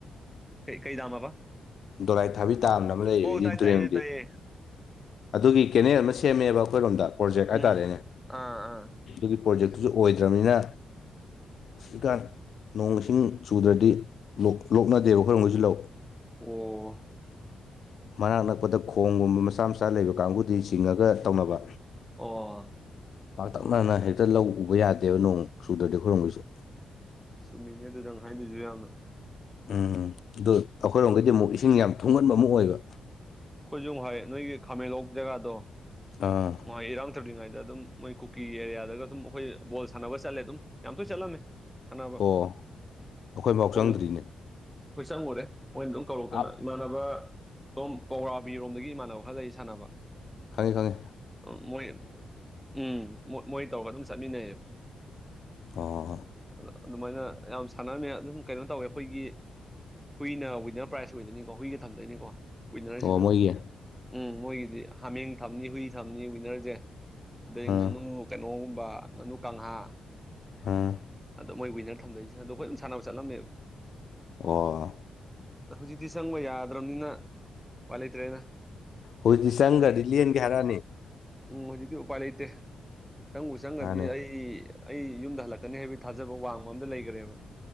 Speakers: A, in the centre; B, on the left (about 55°).
A: ꯀꯩ ꯀꯩ ꯗꯥꯝ ꯍꯥꯏꯕ
B: ꯗꯣꯔꯥꯏ ꯊꯥꯕꯤ ꯇꯥꯝꯅ ꯑꯃ ꯂꯩꯌꯦꯕ ꯏꯔꯤꯜ
A: ꯇꯥꯏ
B: ꯇꯨꯔꯦꯟꯒꯤ
A: ꯇꯥꯏꯌꯦ ꯇꯥꯏꯌꯦ
B: ꯑꯗꯨꯒꯤ ꯀꯦꯅꯦꯜ ꯑꯃ ꯁꯦꯝꯃꯦꯕ ꯑꯩꯈꯣꯏꯔꯣꯝꯗ ꯄ꯭ꯔꯣꯖꯦꯛ ꯍꯥꯏꯇꯥꯔꯦꯅꯦ
A: ꯎꯝ ꯑꯥ ꯑꯥ
B: ꯑꯗꯨꯒꯤ ꯄ꯭ꯔꯣꯖꯦꯛꯇꯨꯁꯨ ꯑꯣꯏꯗ꯭ꯔꯕꯅꯤꯅ ꯍꯧꯖꯤꯛꯀꯥꯟ ꯅꯣꯡ ꯏꯁꯤꯡ ꯆꯨꯗ꯭ꯔꯗꯤ ꯂꫭꯛ ꯂꯣꯛꯅꯗꯦꯕ ꯑꯩꯈꯣꯏꯔꫭꯝꯒꯤꯁꯨ ꯂꯧ
A: ꯑꯣ
B: ꯃꯅꯥꯛ ꯅꯛꯄꯗ ꯈꯣꯡꯒꯨꯝꯕ ꯃꯆꯥ ꯃꯆꯥ ꯂꯩꯕ ꯀꯥꯡꯕꯨꯗꯤ ꯆꯤꯡꯉꯒ ꯇꯧꯅꯕ
A: ꯑꯣ
B: ꯄꯥꯛꯇꯛꯅꯅ ꯍꯦꯛꯇ ꯂꯧ ꯎꯕ ꯌꯥꯗꯦꯕ ꯅꯣꯡ ꯆꯨꯗ꯭ꯔꯗꯤ ꯑꯩꯈꯣꯏꯔꫭꯝꯒꯤꯁꯨ
A: ꯆꯨꯝꯃꯤꯅꯦ ꯑꯗꯨ ꯅꯪ ꯍꯥꯏꯗꯣꯏꯁꯨ ꯌꯥꯝꯅ
B: ꯎꯝ ꯑꯗꯨ ꯑꯩꯈꯣꯏꯔꯣꯝꯗꯩꯗꯤ ꯑꯃꯨꯛ ꯏꯁꯤꯡ ꯌꯥꯝ ꯊꯨꯡꯍꯟꯕ ꯑꯃꯨꯛ ꯑꯣꯏꯕ
A: ꯑꯩꯈꯣꯏꯁꯨ ꯑꯃꯨꯛ ꯍꯥꯏꯑꯦ ꯅꯣꯏꯒꯤ ꯈꯥꯃꯦꯟ ꯍꯧꯕ ꯖꯒꯥꯗꯣ
B: ꯑꯥ
A: ꯉꯣꯏ ꯏꯔꯥꯡ ꯊꯧꯂꯤꯉꯩꯗ ꯑꯗꯨꯝ ꯃꯣꯏ ꯀꯨꯀꯤ ꯑꯦꯔꯤꯌꯥꯗꯒ ꯑꯗꯨꯝ ꯑꯩꯈꯣꯏ ꯕꯣꯜ ꯁꯥꯟꯅꯕ ꯆꯠꯂꯦ ꯑꯗꯨꯝ ꯌꯥꯝ ꯇꯣꯏ ꯆꯠꯂꯝꯃꯦ ꯁꯥꯟꯅꯕ
B: ꯑꯣ ꯑꯩꯈꯣꯏꯐꯥꯎ
A: ꯍꯣꯏ
B: ꯆꯪꯗ꯭ꯔꯤꯅꯦ
A: ꯑꯗꯨꯝ ꯆꯪꯉꯨꯔꯦ ꯃꯣꯏ ꯑꯗꯨꯝ ꯀꯧꯔꯛꯇꯅ
B: ꯑꯞ
A: ꯏꯃꯥꯟꯅꯕ ꯁꯣꯝ ꯄꯧꯔꯥꯕꯤꯔꯣꯝꯗꯒꯤ ꯏꯃꯥꯟꯅꯕ ꯈꯔ ꯂꯩ ꯁꯥꯟꯅꯕ
B: ꯈꯪꯉꯤ ꯈꯪꯉꯤ
A: ꯎꯨꯝ ꯃꯣꯏ ꯎꯨꯝ ꯃꯣꯏ ꯇꯧꯔꯒ ꯑꯗꯨꯝ ꯆꯠꯃꯤꯟꯅꯩꯌꯦꯕ
B: ꯍꯣ ꯍꯣ ꯍꯣ
A: ꯑꯗ ꯑꯗꯨꯃꯥꯏꯅ ꯌꯥꯝ ꯁꯥꯟꯅꯔꯝꯃꯦ ꯑꯗꯨꯝ ꯀꯩꯅꯣ ꯇꯧꯋꯦ ꯑꯩꯈꯣꯏꯒꯤ ꯍꯨꯏꯅ ꯋꯤꯟꯅꯔ ꯄ꯭ꯔꯥꯏꯖ ꯑꯣꯏꯗꯣꯏꯅꯤꯀꫭ ꯍꯨꯏꯒ ꯊꯝꯗꯣꯏꯅꯤꯀꯣ ꯋꯤꯟꯅꯔꯁꯤꯗ
B: ꯑꯣ ꯃꯣꯏꯒꯤ
A: ꯎꯝ ꯃꯣꯏꯒꯤꯗꯤ ꯍꯥꯃꯦꯡ ꯊꯝꯅꯤ ꯍꯨꯏ ꯊꯝꯅꯤ ꯋꯤꯟꯅꯔꯁꯦ ꯑꯗꯩ
B: ꯑꯥ
A: ꯉꯥꯅꯨ ꯀꯩꯅꯣꯒꯨꯝꯕ ꯉꯥꯅꯨ ꯀꯥꯡꯍꯥ
B: ꯑꯥ
A: ꯑꯥꯗꯨ ꯃꯣꯏ ꯋꯤꯅꯔ ꯊꯝꯗꯣꯏꯁꯤ ꯑꯗꯨ ꯑꯩꯈꯣꯏ ꯑꯗꯨꯝ ꯁꯥꯟꯅꯕ ꯆꯠꯂꯝꯃꯦꯕ
B: ꯑꯣ
A: ꯍꯧꯖꯤꯛꯇꯤ ꯆꯪꯕ ꯌꯥꯗ꯭ꯔꯕꯅꯤꯅ ꯎꯄꯥꯏ ꯂꯩꯇ꯭ꯔꯦꯗꯅ
B: ꯍꯧꯖꯤꯛꯇꯤ ꯆꯪꯒ꯭ꯔꯗꯤ ꯂꯦꯟꯒꯦ ꯍꯥꯏꯔꯛꯑꯅꯤ
A: ꯎꯨꯝ ꯍꯧꯖꯤꯛꯇꯤ ꯎꯄꯥꯏ ꯂꯩꯇꯦ ꯆꯪꯕꯨ ꯆꯪꯉꯗꯤ
B: ꯃꯥꯅꯦ
A: ꯑꯩ ꯑꯩ ꯌꯨꯝꯗ ꯍꯜꯂꯛꯀꯅꯤ ꯍꯥꯏꯕꯒꯤ ꯊꯥꯖꯕ ꯋꯥꯡꯃ ꯑꯝꯗ ꯂꯩꯒ꯭ꯔꯦꯕ